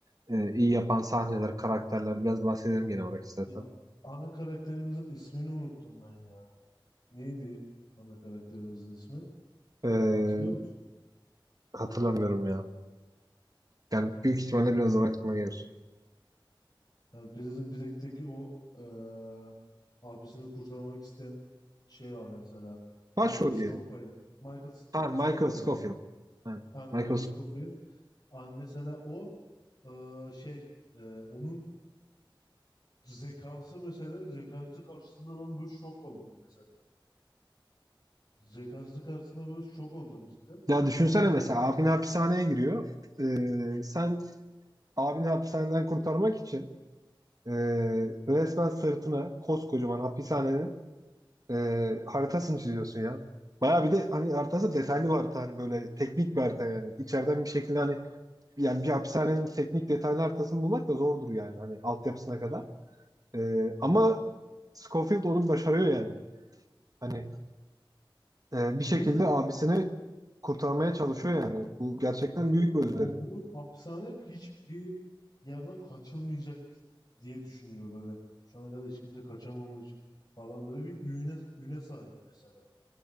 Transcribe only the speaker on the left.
ya ana karakterimizin ismini unuttum ben ya. Neydi ana karakterimizin ismi?
Hatırlıyor musun?
Yani Prison Break'teki o eee, abisini kurtarmak isteyen şey var mesela.
Michael Scofield.
Michael S-
Scofield.
Aynen
Michael Scofield.
Aa, mesela o eee, şey eee, onun zekası mesela zekası karşısında ben böyle şok oldum mesela. Zekası karşısında böyle şok oldum cidden.
Ve
bir
de
Bir
de
olduğu
hapishane hiçbir yerden kaçılmayacak diye düşünüyor böyle. Şu ana kadar hiç kimse kaçamamış falan böyle bir üne, üne sahip mesela.